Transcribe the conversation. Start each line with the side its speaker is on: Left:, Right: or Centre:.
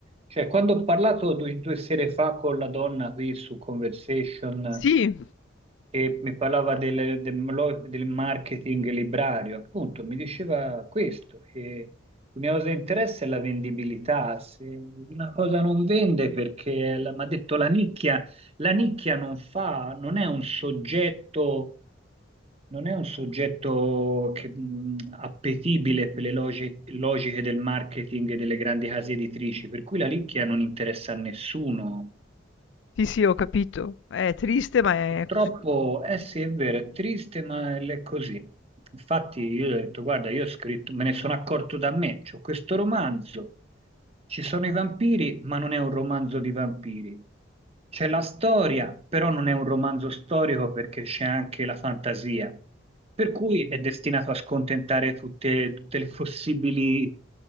Right: Cioè, quando ho parlato due, due sere fa con la donna qui su Conversation
Left: Sì.
Right: che mi parlava del, del- del marketing librario, appunto, mi diceva questo, che L'unica cosa che interessa è la vendibilità. Se una cosa non vende perché, mi ha detto la nicchia, la nicchia non fa, non è un soggetto, non è un soggetto che, mh, appetibile per le logi- logiche del marketing e delle grandi case editrici, per cui la nicchia non interessa a nessuno.
Left: Sì, sì, ho capito. È triste, ma è
Right: Purtroppo,
Left: così.
Right: eh sì, è vero, è triste, ma è così. Infatti, io ho detto, guarda, io ho scritto, me ne sono accorto da me, c'ho questo romanzo, ci sono i vampiri, ma non è un romanzo di vampiri. C'è la storia, però non è un romanzo storico perché c'è anche la fantasia. Per cui è destinato a scontentare tutte, tutte le possibili,